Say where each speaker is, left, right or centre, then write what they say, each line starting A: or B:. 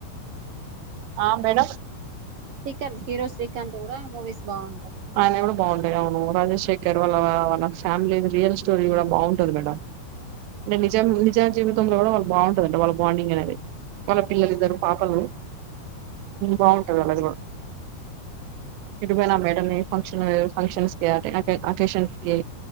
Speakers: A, on the right (about 80°); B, on the right (about 55°).
A: ఆ madam
B: Srikanth hero Srikanth కూడా మూవీస్ బాగు
A: ఆయన కూడా బాగుంటయి అవును రామేష్ శేఖర్ వాళ్ళ వా ఫ్యామిలీ రియల్ స్టోరీ కూడా బాగుంటంది మేడం
B: అవునవును
A: అంటే నిజం నిజా జీవితంలో గుడా వాళ్ళ బాగుంటదండి వాళ్ళ బండింగ్ అనేది
B: చాలా
A: మళ్న
B: బాగుంది
A: పిల్లలు ఇద్దరు పాపలు
B: అవునండి
A: బాగుంటది అలాది కూ
B: అవునండి చాలా
A: తిరుమల మేడం ని ఫంక్షన్ ఫంక్షన్స్ అకేషన్స్ కి